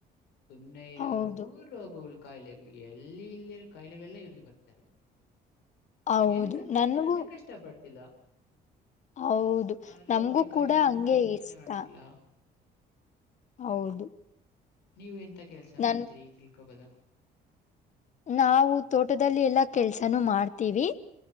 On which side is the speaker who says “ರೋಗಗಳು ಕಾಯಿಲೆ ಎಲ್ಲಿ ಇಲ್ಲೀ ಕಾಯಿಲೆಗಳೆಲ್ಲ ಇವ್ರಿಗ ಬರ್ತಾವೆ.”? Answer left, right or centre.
Left